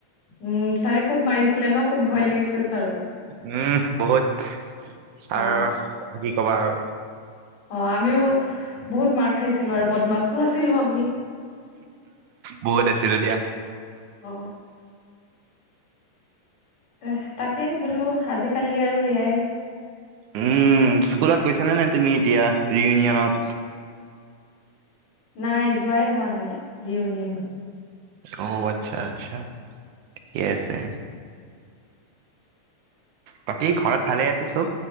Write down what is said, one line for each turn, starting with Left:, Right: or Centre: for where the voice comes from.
Left: উম ছাৰে খুব মাৰিছে। ছিলে ন খুব ভয় লাগিছিল ছাৰক।
Right: উম বহুত ত
Left: অ
Right: কি কবা আৰু।
Left: অ আমিও বহুত মাৰ খাইছিলো আৰু বদমাছো আছিলো আমি।
Right: বহুত আছিলো দিয়া।
Left: অ এ তাকেই বোলো আজি কালি আৰু এয়াই
Right: উম স্কুলত গৈছানে নাই তুমি এতিয়া ৰিউনিয়নত
Left: নাই যোৱাই হোৱা নাই ৰিয়উনিয়নত
Right: অ আচ্ছা আচ্ছা ঠিকে আছে বাকী ঘৰত ভালে আছে চব